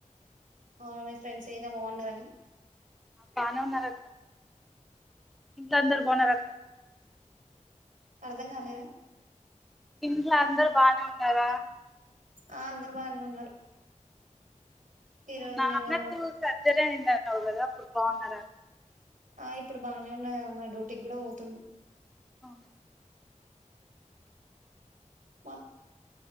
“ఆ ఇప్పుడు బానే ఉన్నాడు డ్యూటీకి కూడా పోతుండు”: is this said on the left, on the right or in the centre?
Right